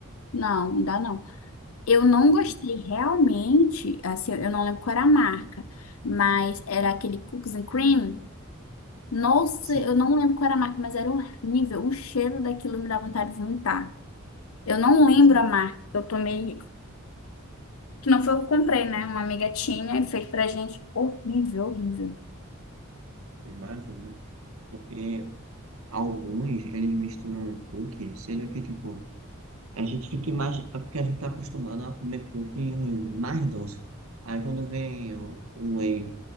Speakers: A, on the left; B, on the right.
A: Não, não dá não. Eu não
B: É muito-
A: gostei realmente, assim, eu não lembro qual era a marca, mas era aquele Cookies and Cream. Nossa,
B: Sim,
A: eu não lembro qual era a marca, mas era horrível. O cheiro daquilo me dá vontade de vomitar. Eu não
B: exato.
A: lembro a marca. Eu tomei Que não foi eu que comprei, né? Uma amiga tinha e fez pra gente. Horrível, horrível.
B: Imagina, né? porque alguns, eles misturam cookie, sendo que, tipo, a gente fica mais, é porque a gente tá acostumado a comer cookie mais doce. Aí quando vem o, o whey